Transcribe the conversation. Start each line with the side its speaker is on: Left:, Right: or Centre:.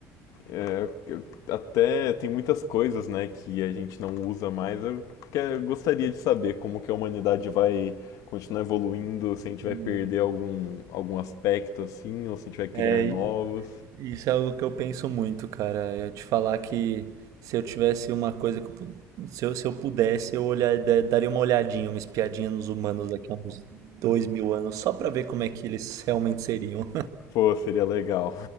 Left: É, eu- até tem muitas coisas, né, que a gente não usa mais. Eu que- eu gostaria de saber como que a humanidade vai continuar evoluindo, se a gente vai
Right: Hum,
Left: perder algum, algum aspecto assim, ou se a gente vai criar
Right: É,
Left: novos.
Right: i- isso é algo que eu penso muito, cara. Eu te falar que se eu tivesse uma coisa que eu, pu- se eu, se eu pudesse, eu olhar, da- daria uma olhadinha, uma espiadinha nos humanos daqui a uns dois mil anos, só pra ver como é que eles realmente seriam.
Left: Pô, seria legal.